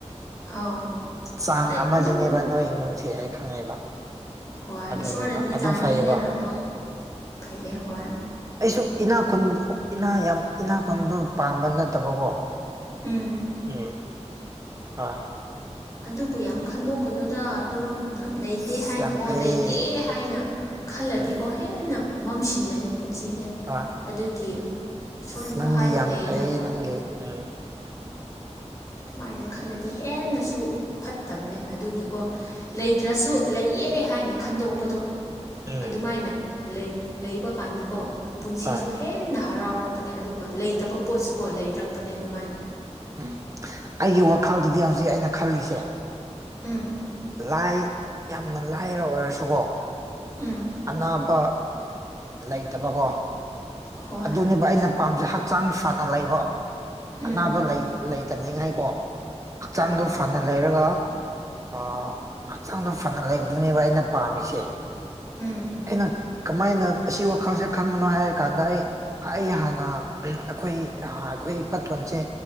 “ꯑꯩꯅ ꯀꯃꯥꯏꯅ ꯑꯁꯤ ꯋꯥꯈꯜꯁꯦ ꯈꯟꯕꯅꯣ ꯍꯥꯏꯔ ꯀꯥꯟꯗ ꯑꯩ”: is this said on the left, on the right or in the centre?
Right